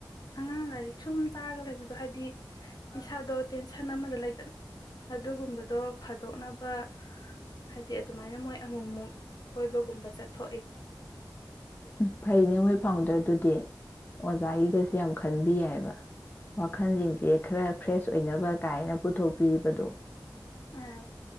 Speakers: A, on the left; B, on the left.
A: ꯑꯉꯥꯡ ꯂꯥꯏꯔꯤꯛ ꯁꯨꯝ ꯇꯥꯔꯒ ꯂꯩꯕꯗꯣ ꯍꯥꯏꯗꯤ ꯏꯁꯥꯗꯣ ꯇꯦꯟꯁꯟ ꯑꯃꯗ ꯂꯩꯗꯅ ꯑꯗꯨꯒꯨꯝꯕ꯫ ꯑꯗꯣ ꯐꯥꯗꯣꯛꯅꯕ ꯍꯥꯏꯗꯤ ꯑꯗꯨꯃꯥꯏꯅ ꯃꯣꯏ ꯑꯃꯨꯛꯃꯨꯛ ꯀꯣꯏꯕꯒꯨꯝꯕ ꯆꯠꯊꯣꯛꯏ
B: ꯎ ꯐꯩꯅꯦ ꯍꯣꯏ ꯐꯥꯎꯟꯗꯔꯗꯨꯗꯤ ꯑꯣꯖꯥꯒꯤꯒꯁꯦ ꯌꯥꯝ ꯈꯟꯕꯤ ꯌꯥꯏꯕ ꯋꯥꯈꯜꯁꯤꯡꯁꯦ ꯈꯔ ꯐ꯭ꯔꯦꯁ ꯑꯣꯏꯅꯕ ꯀꯥꯏꯅ ꯄꯨꯊꯣꯛꯄꯤꯕꯗꯣ꯫
A: ꯑꯥ